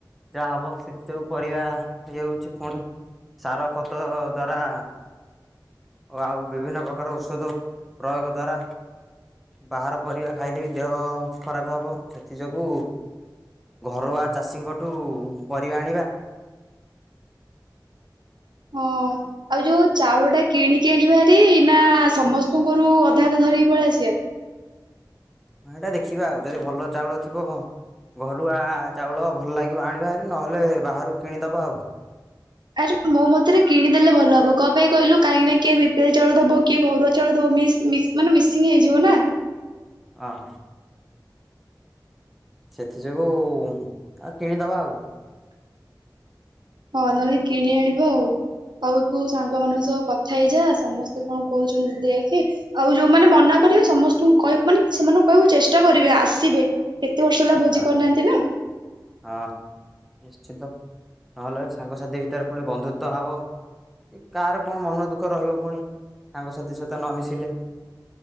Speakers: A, in the centre; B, on the right (about 75°).
A: ଯାହା ହବ ସେଥି ସବୁ ପରିବା ଇଏ ହଉଛି ପୁଣି ସାର ଖତ ଦ୍ଵାରା ଓ ଆଉ ବିଭିନ୍ନ ପ୍ରକାର ଔଷଧ ପ୍ରୟୋଗ ଦ୍ଵାରା, ବାହାର ପରିବା ଖାଇଲେ ବି ଦେହ ଖରାପ ହବ ସେଥି ଯୋଗୁ ଘରୁଆ ଚାଷୀଙ୍କଠୁ ପରିବା ଆଣିବା
B: ହଁ ଆଉ ଯୋଉ ଚାଉଳ ଟା କିଣିକି ଆଣିବା ହାରି ନା ସମସ୍ତଙ୍କରୁ ଅଧା ହଧ ଧରିକି ପଳେଇ ଆସିବା
A: ହଁ ଏଇଟା ଦେଖିବା ଆଉ ଯଦି ଭଲ ଚାଉଳ ଥିବ ଘରୁଆ ଚାଉଳ ଭଲ ଲାଗିବ ଆଣିବାରି ନହେଲେ ବାହାରୁ କିଣିଦେବା ଆଉ
B: ଆରେ ମୋ ମତରେ କିଣିଦେଲେ ଭଲ ହବ କ ପାଇଁ କହିଲୁ କାହିଁକି ନା କିଏ ବି ପିଏଲ ଚଳୁ ଦବ କିଏ ଘରୁଆ ଚଳୁ ମାନେ ମିସିଂ ହେଇଯିବ ନା
A: ହ ହଁ ସେଥି ଯୋଗୁ ଆଉ କିଣିଦବା ଆଉ।
B: ହଁ ନହେଲେ କିଣି ଆଣିବା ଆଉ, ଆଉ ତୁ ସାଙ୍ଗ ମାନଙ୍କ ସହ କଥା ହେଇଯା ସମସ୍ତେ କଣ କହୁଛନ୍ତି ଦେଖ, ଆଉ ଯୋଉମାନେ ମନା କରିବେ ସମସ୍ତଙ୍କୁ ମାନେ ସେମାନଙ୍କୁ କହିବାକୁ ଚେଷ୍ଟା କରିବେ ଆସିବେ- କେତେ ବର୍ଷ ହେଲା ଭୋଜି
A: ହଁ
B: କରିନାହାନ୍ତି ନା-
A: ହଁ ନିଶ୍ଚିନ୍ତ ନହେଲେ ସାଙ୍ଗସାଥି ଭିତରେ ପୁଣି ବନ୍ଧୁତଵ ହବ କାହାର କଣ ମନ ଦୁଃଖ ରହିବ ପୁଣି ସାଙ୍ଗସାଥି ସହିତ ନ ମିିଶିଲେ